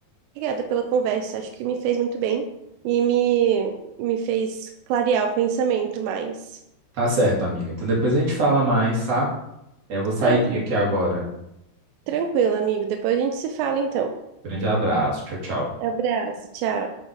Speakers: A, on the right (about 85°); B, on the right (about 40°).
A: Obrigada pela conversa, acho que me fez muito bem e me, me fez clarear o pensamento mais.
B: Tá certo, amiga. Então depois a gente fala mais, tá? É, Eu vou sair
A: Ah, tra-
B: aqui agora.
A: tranquilo, amigo. Depois a gente se fala então.
B: Grande abraço. Tchau, tchau.
A: Abraço, tchau.